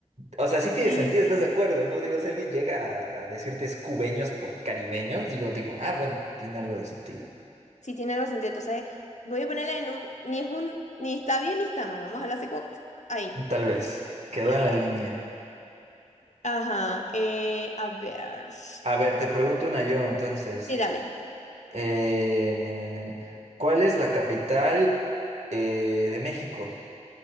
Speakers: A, on the right (about 65°); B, on the left (about 70°).
A: O sea, sí tiene
B: Sí.
A: sentido, ¿estás de acuerdo? No digo, si alguien llega a a decirte es cubeños por caribeños, digo, digo, ah, bueno, tiene algo de sentido.
B: Si tiene algo sentido. Entonces, voy a ponerla en un, ni es un, ni está bien ni está mal. Vamos a hablar así como, ahí.
A: Tal vez. Quedó
B: Ah,
A: en
B: tal.
A: la línea.
B: Ajá. eh, a ver. Sí,
A: A ver, te pregunto una yo, entonces.
B: dale.
A: Eh, me- me- me- ¿cuál es la capital eh, de México?